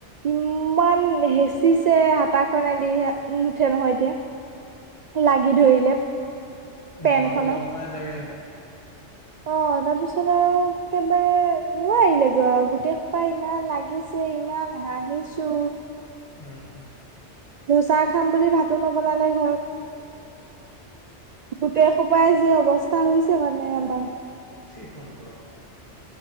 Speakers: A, on the right (about 65°); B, on the left (about 30°).
A: ইমান হেঁচিছে হাতাখনেদি। নুঠে নহয় এতিয়া লাগি ধৰিলে। পেনখনত
B: বনাবলৈ জানা নাই চাগে।
A: অ', তাৰপিছত আৰু একবাৰে নোৱাৰিলে আহিলে গৈ আৰু গোটেইসোপা ইমান লাগিছে ইমান হাঁহিছো
B: উম
A: জোচা খাম বুলি ভাতো নবনালে ঘৰত গোটেই খোপাই যি অৱস্থা হৈছে মানে আমাৰ
B: সুঠি সুন্দৰ